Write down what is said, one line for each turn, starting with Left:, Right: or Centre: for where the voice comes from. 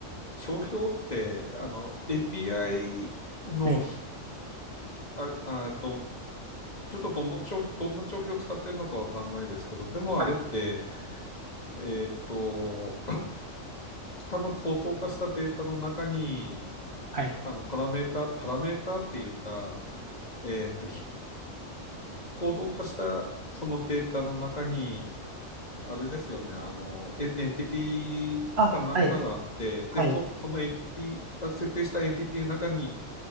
Left: 帳票って、あの、API のひ、
Right: はい。
Left: あ、あと、ちょっとどの帳、どんな帳票を使ってるのかわかんないですけど、でもあれって、
Right: はい。
Left: えーっと、多分構造化したデータの中に、
Right: はい。
Left: あの、パラメータ、パラメータっていうか、えっと、構造化したそのデータの中に、あれですよね、あの、エエンティティかなんかがあって、
Right: あ、はい。
Left: で、
Right: はい。
Left: そ、そのエンティティ、設定したエンティティの中に、